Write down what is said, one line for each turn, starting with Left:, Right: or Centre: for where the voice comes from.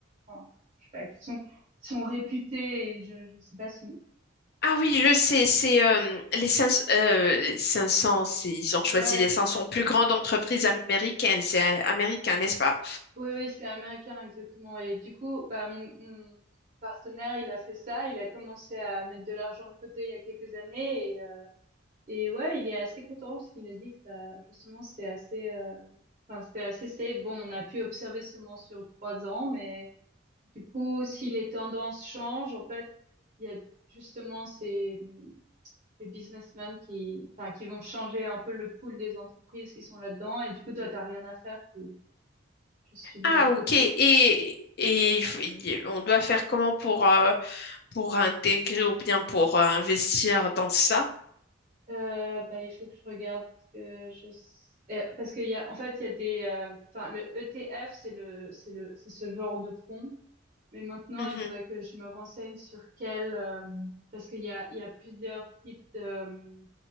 Right: enfin, je sais pas, qui sont, qui sont réputés et je, je sais pas si,
Left: Ah oui, je sais, c'est euh, les cinq euh, les 500, c'est- ils ont choisi
Right: ouais,
Left: les 500 plus grandes entreprises américaines, c'est euh, américain, n'est-ce pas?
Right: Oui, oui, c'est américain, exactement. Et du coup, bah, mon, mon partenaire, il a fait ça. Il a commencé à mettre de l'argent de côté il y a quelques années. Et, euh, et ouais, il est assez content parce qu'il a dit que ça, justement, c'est assez, euh, enfin, c'était assez safe. Bon, on a pu observer seulement sur trois ans, mais du coup, si les tendances changent, en fait, il y a justement ces, ces businessmen qui, enfin, qui vont changer un peu le pool des entreprises qui sont là-dedans. Et du coup, toi, t'as rien à faire. Tu, juste tu mets
Left: Ah
Right: de côté.
Left: ok, et, et il faut- il- on doit faire comment pour, euh, pour intégrer ou bien pour euh, investir dans ça?
Right: Euh, bah, il faut que je regarde parce que je s- euh, parce qu'il y a en fait il y a des euh, enfin le ETF c'est le c'est le c'est ce genre de fonds mais maintenant
Left: Mhm.
Right: il faudrait que je me renseigne sur quel euh, parce qu'il y a il y a plusieurs types de euh,